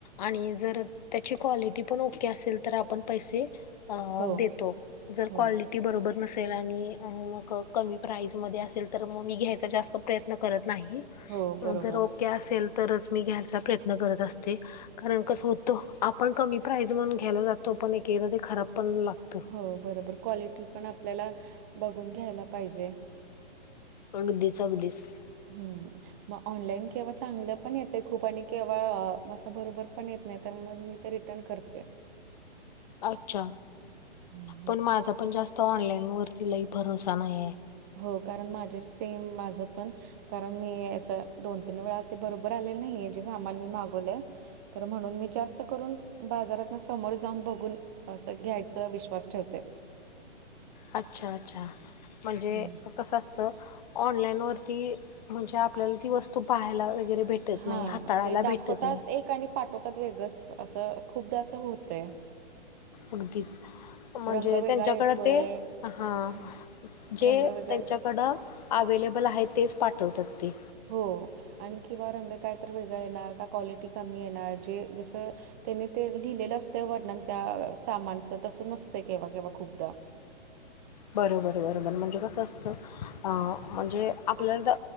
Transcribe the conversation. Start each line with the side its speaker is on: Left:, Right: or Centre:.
Left: आणि जर त्याची क्वालिटी पण ओके असेल तर आपण पैसे अ
Right: हो
Left: देतो जर
Right: हो
Left: क्वालटी ती बरोबर नसेल आणि मग कमी प्राईजमध्ये असेल तर मग मी घ्यायचा जास्त प्रयत्न करत नाही
Right: हो
Left: जर
Right: बरोबर
Left: ओके असेल तरच मी घ्यायचा प्रयत्न करत असते कारण कसं होतं आपण कमी प्राईज म्हणून घ्यायला जातो पण एक एकदा ते खराब पण लागत
Right: हो बरोबर क्वालिटी पण आपल्याला बघून घ्यायला पाहिजे
Left: अगदीच अगदीच
Right: हम्म मग ऑनलाईन केव्हा चांगलं पण येत खूप आणि केव्हा असं बरोबर पण येत नाही तर मग मी ते रिटर्न करते
Left: अच्छा
Right: हं, हं.
Left: पण माझा पण जास्त तो ऑनलाईन वरतीलाही भरोसा नाही आहे
Right: हो कारण माझे सेम माझं पण कारण मी असं दोन तीन वेळा ते बरोबर आलेलं नाही जे सामान मी मागवलेय तर म्हणून मी जास्त करून बाजारात ना समोर जाऊन बघून असं घ्यायचं विश्वास ठेवते
Left: अच्छा अच्छा म्हणजे
Right: हं.
Left: कसं असतं ऑनलाईनवरती म्हणजे आपल्याला ती वस्तू पाहायला वगैरे भेटत
Right: हां,
Left: नाही हाताळायला
Right: ते दाखवतात
Left: भेटत नाही
Right: एक आणि पाठवतात वेगं असं खूपदा असं होतय
Left: अगदीच म्हणजे
Right: रंग वेगळा
Left: त्यांच्याकडे
Right: येतोय,
Left: ते हा
Right: हं,
Left: जे
Right: रंग वेगळा
Left: त्यांच्या कडं अवेलेबल आहे तेच पाठवतात ते
Right: हो आणि किंवा रंग काय तर वेगळा येणार का क्वालिटी कमी येणार जे जसं त्यांनी ते लिहिलेलं असतं वर्णन त्या सामानचं तसं नसतं केव्हा केव्हा खूपदा
Left: बरोबर बरोबर म्हणजे कस असतं म्हणजे आपल्याला